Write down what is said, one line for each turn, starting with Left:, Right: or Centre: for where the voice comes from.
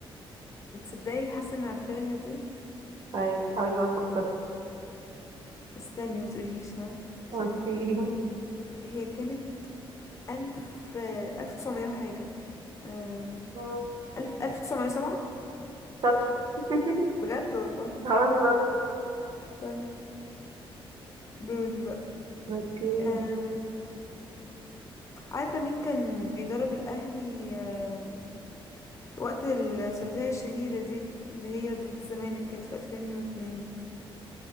Left: تصدقي حاسة اني عارفاها دي
Right: طيب حاولي بقى تفكري
Left: استني ما تقوليش ها
Right: اوكي
Left: عشان
Right: <laughs>
Left: هي كانت ألف ألف تسعمية وحاجة أم...
Right: مم،
Left: ألف ألف تسعمية وسبعة
Right: شاطرة <laughs>
Left: بجد والله
Right: والله
Left: طيب دوري بقى
Right: اوكي
Left: أم... عارفة مين كان بيدرب الأهلي أم... وقت الثلاثية الشهيرة دي اللي هي ضد الزمالك كانت في 2002